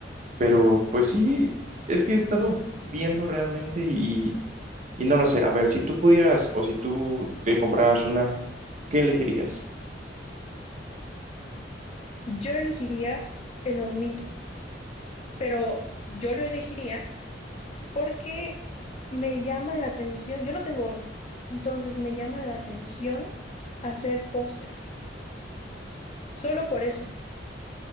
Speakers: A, on the right; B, on the left.
A: Pero pues sí, es que he estado viendo realmente y, y no lo sé. A ver, si tú pudieras o si tú te compraras una, ¿qué elegirías?
B: Yo elegiría el hornito, pero yo lo elegiría. porque me llama la atención, yo no tengo horno, entonces me llama la atención hacer postres, solo por eso.